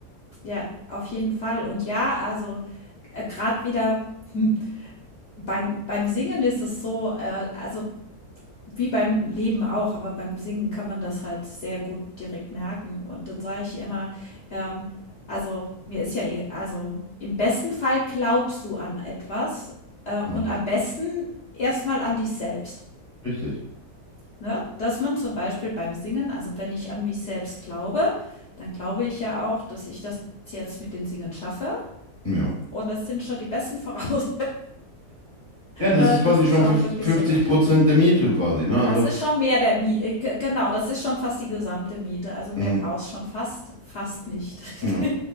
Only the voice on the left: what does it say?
ja, auf jeden Fall. Und ja, also, äh, grad wieder hm, beim, beim Singen ist es so, äh, also wie beim Leben auch, aber beim Singen kann man das halt sehr gut direkt merken. Und dann sage ich immer, ähm, also mir ist ja, egal- also im besten Fall glaubst du an etwas äh,
und am besten erstmal an dich selbst.
Ne? Dass man zum Beispiel beim Singen, also wenn ich an mich selbst glaube, dann glaube ich ja auch, dass ich das jetzt mit dem Singen schaffe.
Und das sind schon die besten <laughs> Voraussetzungen,
äh,
dass
es auch
wirklich so wird.
Das ist schon mehr der Miete, genau, das ist schon fast die gesamte Miete. Also mehr
brauchst schon fast, fast nicht.
<laughs>